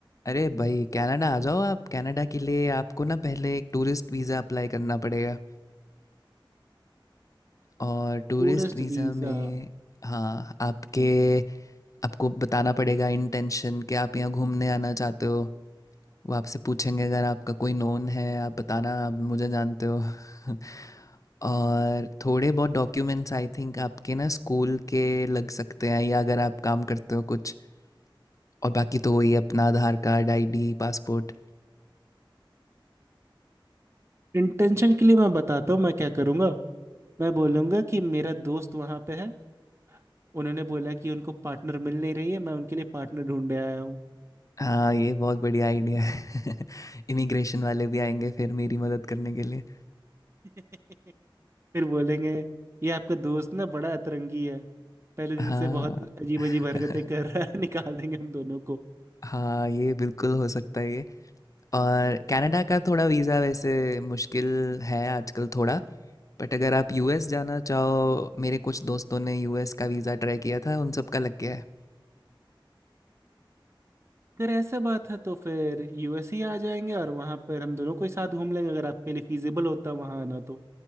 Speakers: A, on the left; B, on the right.
A: अरे भाई कनाडा आ जाओ आप कनाडा के लिए आपको ना पहले एक टूरिस्ट वीज़ा अप्लाई करना पड़ेगा और टूरिस्ट
B: Tourist
A: वीज़ा
B: visa
A: में हाँ आपके आपको बताना पड़ेगा इंटेंशन कि आप यहाँ घूमने आना चाहते हो वो आपसे पूछेंगे अगर आपका कोई नोन है आप बताना आप मुझे जानते हो <laughs> और थोड़े बहुत डॉक्यूमेंट्स आई थिंक आपके ना स्कूल के लग सकते हैं या अगर आप काम करते हो कुछ और बाकी तो वही अपना आधार कार्ड आईडी पासपोर्ट
B: इंटेंशन के लिए मैं बताता हूँ मैं क्या करूँगा मैं बोलूँगा कि मेरा दोस्त वहाँ पे है उन्होंने बोला कि उनको पार्टनर मिल नहीं रही है मैं उनके लिए पार्टनर ढूंढने आया हूँ
A: हाँ ये बहुत बढ़िया आइडिया है <laughs> इमिग्रेशन वाले भी आएंगे फिर मेरी मदद करने के लिए
B: <laughs> फिर बोलेंगे ये आपका दोस्त ना बड़ा अतरंगी है पहले दिन
A: हाँ
B: से बहुत अजीब
A: <laughs>
B: अजीब हरकतें कर रहा है <laughs> निकाल देंगे हम दोनों को
A: हाँ, ये बिल्कुल हो सकता है ये और कनाडा का थोड़ा वीज़ा वैसे मुश्किल है आजकल थोड़ा बट अगर आप यूएस जाना चाहो मेरे कुछ दोस्तों ने यूएस का वीज़ा ट्राई किया था उन सब का लग गया है
B: अगर ऐसा बात है तो फिर यूएस ही आ जाएंगे और वहां पर हम दोनों को ही साथ घूम लेंगे अगर आपके लिए फिजिबल होता वहां आना तो